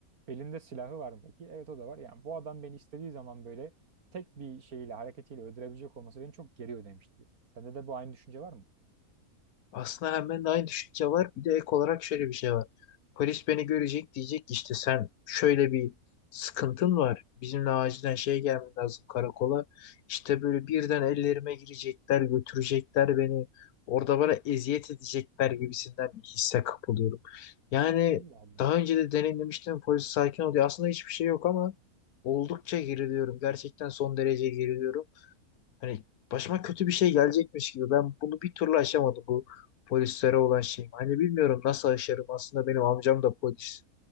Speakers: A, on the right; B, on the left.
A: Belinde silahı var mı peki? Evet o da var. Yani bu adam beni istediği zaman böyle tek bir şeyle hareketiyle öldürebilecek olması beni çok geriyor demişti. Sende de bu aynı düşünce var mı?
B: Aslında hemen de aynı düşünce var. Bir de ek olarak şöyle bir şey var. Polis beni görecek diyecek ki işte sen şöyle bir sıkıntın var. Bizimle acilen şeye gelmen lazım karakola. İşte böyle birden ellerime girecekler, götürecekler beni. Orada bana eziyet edecekler gibisinden bir hisse kapılıyorum. Yani
A: Allah Allah.
B: daha önce de deneyimlemiştim polis sakin oluyor. Aslında hiçbir şey yok ama oldukça geriliyorum. Gerçekten son derece geriliyorum. Hani başıma kötü bir şey gelecekmiş gibi. Ben bunu bir türlü aşamadım bu polislere olan şeyim. Hani bilmiyorum nasıl aşarım. Aslında benim amcam da polis.